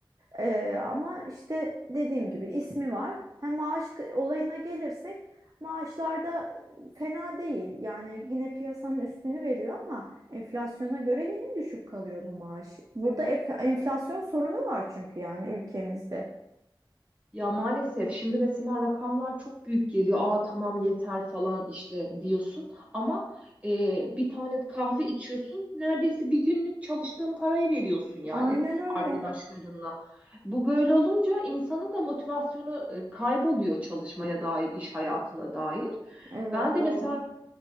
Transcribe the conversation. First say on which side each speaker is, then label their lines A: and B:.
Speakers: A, on the right; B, on the right.
A: E, ama işte dediğim gibi ismi var. Hem maaş k- olayına gelirsek maaşlarda fena değil. Yani yine piyasanın üstünü veriyor ama Enflasyona göre yine düşük kalıyor bu maaş. Burada enf- enflasyon sorunu var çünkü yani ülkemizde.
B: Ya maalesef şimdi mesela rakamlar çok büyük geliyor. Aa tamam yeter falan işte diyorsun. Ama e, bir tane kahve içiyorsun. Neredeyse bir günlük çalıştığın parayı veriyorsun yani
A: Aynen öyle.
B: arkadaşlarınla. Bu böyle olunca insanın da motivasyonu e, kayboluyor çalışmaya dair, iş hayatına dair.
A: Evet
B: Ben de
A: doğru.
B: mesela